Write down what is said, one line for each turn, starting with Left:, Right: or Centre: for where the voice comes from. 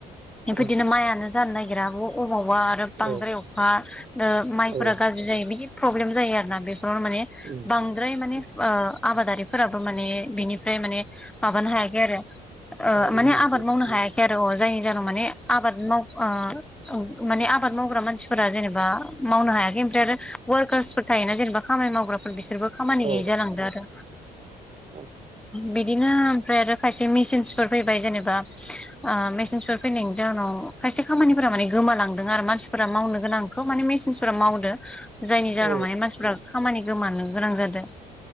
Centre: बेफोरबायदिनो
Right: औ
Centre: मायानो जानो नागिरा आब। अबावबा आरो। बांद्राय
Right: औ
Centre: अखा माइफोरा
Right: औ
Centre: गाज्रि जायो बिदि। प्रब्लेम जायो आरोना बे। माने
Right: उम
Centre: बांद्राय माने।
Right: उम
Centre: आबादारिफोराबो माने बिनिफ्राय माने माबानो हायाखै आरो।
Right: बारग'नो
Centre: माने
Right: हायाखै
Centre: आबाद मावनो
Right: औ
Centre: हायाखै आरो अ जायनि जाहोनाव माने आबाद माव। ओ औ माने। आबाद मावग्रा मानसिफोरा जेनेबा मावनो हाया। इमफ्राय आरो वर्ककास। थायोना जेनेबा खामानि मावग्राफोर। बिसोरबो खामानि
Right: औ
Centre: गैयै जालांदो आरो।
Right: औ
Centre: बिदिनो ओमफ्राय आरो खायसे मेसिनसफोर फैबाय जेनेबा मेसिनसफोर फैनायनि जााहोनाव खायसे खामानिफोरा माने गोमालांदों आरो मानसिनिया। मानसिफोरा मावनो गोनांखौ माने मेसिनसफोरा मावदों। जायनि जाहोनाव
Right: औ
Centre: माने मानसिफ्रा खामानि। गोमानो गोनां जादों।